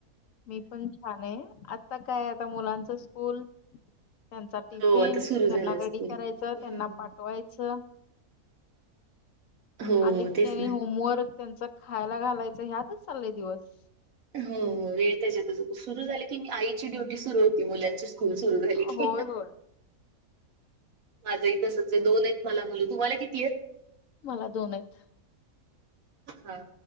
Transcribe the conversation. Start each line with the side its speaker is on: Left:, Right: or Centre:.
Left: मी पण छान आहे. आता काय आता मुलांच स्कूल. त्यांचा टिफिन,
Right: हो आता सुरू
Left: त्यांना
Right: झालं स्कूल.
Left: रेडी करायचं,
Right: हो
Left: त्यांना पाठवायचं.
Right: हो
Left: आलीत
Right: तेच
Left: कणी
Right: ना
Left: होमवर्क त्यांच खायला घालायचं, ह्यातच चालय दिवस.
Right: हो, वेळ त्येज्यातच सुरू झाली की मी आईची ड्युटी सुरु होती मुलांची स्कूल सुरु झाली की.
Left: होय होय.
Right: माझही तसंच आहे, दोन आहे मला मूल, तुम्हाला किती आहेत?
Left: मला दोन आहेत.
Right: हा,